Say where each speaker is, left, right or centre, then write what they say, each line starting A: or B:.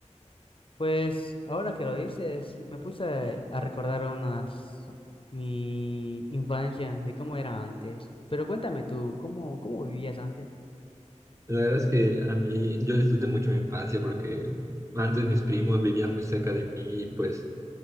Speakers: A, on the left (about 45°); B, on the right (about 25°).
A: Pues ahora que lo dices, me puse a recordar unas mi infancia de cómo era antes. Pero cuéntame tú, ¿cómo cómo vivías antes?
B: La verdad es que a mí, yo disfruté mucho mi infancia porque antes mis primos vivían muy cerca de mí y pues